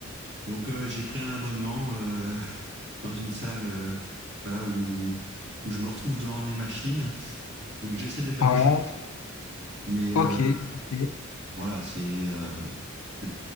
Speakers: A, on the right; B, on the left.
A: Donc euh, j'ai pris un abonnement euh, <laughs> dans une salle, euh, voilà, où où je me retrouve devant les machines. Donc j'essaie de faire
B: Ouais,
A: des choses, mais
B: ok,
A: euh,
B: ok.
A: voilà, c'est euh, c'est